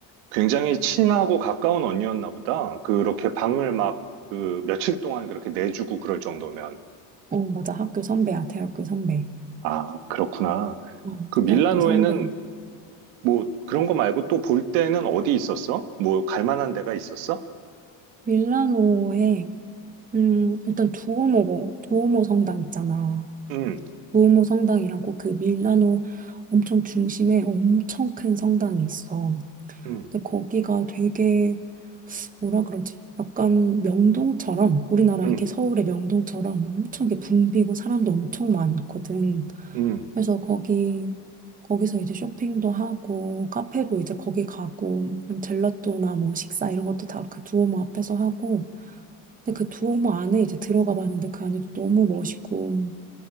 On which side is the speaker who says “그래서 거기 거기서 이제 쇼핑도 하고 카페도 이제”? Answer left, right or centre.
Right